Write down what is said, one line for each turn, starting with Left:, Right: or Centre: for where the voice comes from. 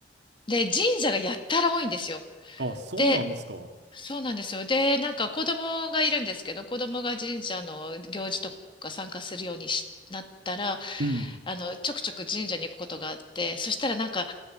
Left: で、神社がやったら多いんですよ。
Right: あ、そうなんですか。
Left: で、そうなんですよ。で、なんか子供がいるんですけど、子供が神社の行事とか参加するようにしなったら、
Right: うん。
Left: あの、ちょくちょく神社に行くことがあって、そしたらなんか、